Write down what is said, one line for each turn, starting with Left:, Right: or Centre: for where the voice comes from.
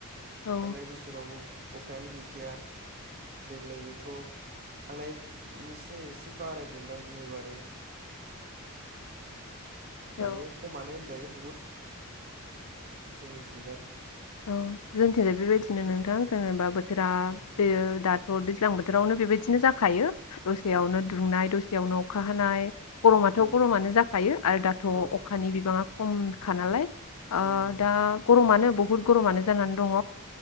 Left: औ
Right: थांनाय बोसोरावबो अखायानो गैखाया देग्लायबोथ' थांनायनिस्राय एसे बारायदोंदां एबारो।
Left: औ
Right: दायो खमानो जायो बुहुद। जोंनिथिंबो।
Left: ओ जोंथिजाय बेबायदिनो नोंथां जेनेबा बो थोरा
Right: उम
Left: दाथ' दै ज्लां बोथोरावनो बेबायदिनो जाखायो। दसेयावनो
Right: औ
Left: दुंनाय दसेयावनो अखा हानाय गरमाथ'
Right: उम
Left: गरमानो जाखायो आरो दाथ'
Right: अ
Left: अखानि बिबाङा खमखा नालाय ओ
Right: उम
Left: दा गरमानो। बहुत। गरमानो जानान दङ